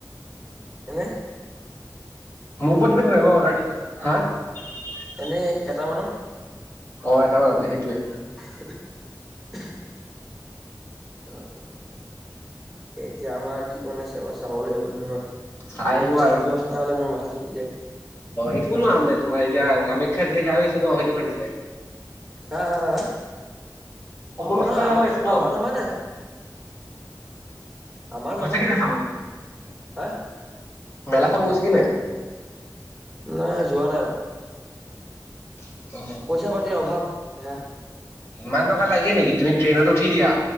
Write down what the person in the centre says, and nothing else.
এনেই
এনেই এটামানত
<inaudible> অ অ তাকে এতিয়া আমাৰ কি বনাইছে বাৰ চাব লাগিব নহয় ন <unintelligible>
নিৰামিষ
খাদ্য খানা হলে মোৰ মাথা চুটি যায় <unintelligible>
হা হা হা
নহয় নহয়
আমাৰ
আমাৰ নামানে আমাৰ
নামানে
হা
নাই যোৱা নাই আৰু
পইচা পাতিৰ অভাৱ হে